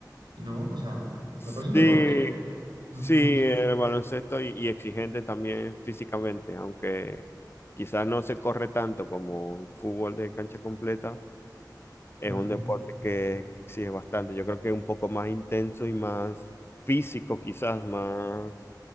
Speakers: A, on the right; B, on the left.
A: ¿no? O sea,
B: sí,
A: me parece un deporte chévere. Ujú,
B: sí, el baloncesto y, y exigente también físicamente, aunque quizás no se corre tanto como fútbol de cancha completa, es
A: ujú.
B: un deporte que, que exige bastante, yo creo que es un poco más intenso y más físico, quizás más